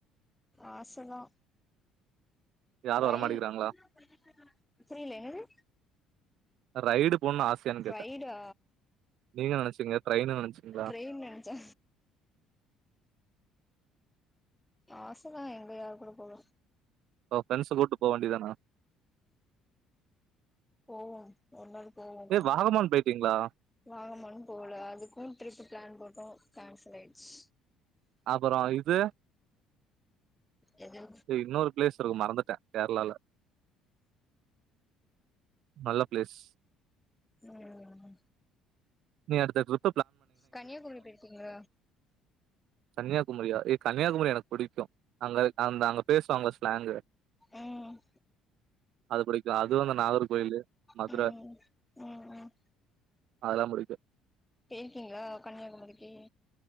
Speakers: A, in the centre; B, on the right.
A: ஆசதா
B: யாரு
A: ரயில்
B: வரமாட்டேங்கிறாங்களா
A: புரில என்னது
B: ரைடு போன ஆசயான்னு கேட்ட
A: ரைடா
B: நீங்க நனச்சீங்க ட்ரெயினு நனச்சீங்களா
A: ட்ரெயின் நெனச்சே ஆசதா எங்க யரு கூட போக
B: பிரரெண்ட் ச கூப்டு போக வேண்டிதானா
A: போவோ ஒன்ன போவோ கண்டிப்பா
B: ஏ வாகமான் போயிட்டீங்களா
A: வாங்கம்மான்னு போகல அதுக்கோ ட்ரிப்பு பிளான் போட்டோ கேன்சல் ஆயிடுச்சி
B: அப்றோ இது
A: எது
B: இன்னொரு பிளேஸ் இருக்கோ மறந்துட்ட கேரளால நல்ல பிளேஸ்
A: ம்
B: நீ அடுத்த ட்ரிப்
A: கன்னியாகுமரி போய்ருக்கீங்கள
B: கன்னியாகுமரியா ஏ கன்னியாகுமரி எனக்கு பிடிக்கோ அங்க அந்த அங்க பேசுவாங்கள ஸ்லாங்கு
A: உம்
B: அது புடிக்கு அதுவு அந்த நாகர் கோயிலு மதுரை
A: ம் ம் ம்
B: அதெல்லா புடிக்கு
A: பேக்கிங்கா கன்னியாகுமரிக்கு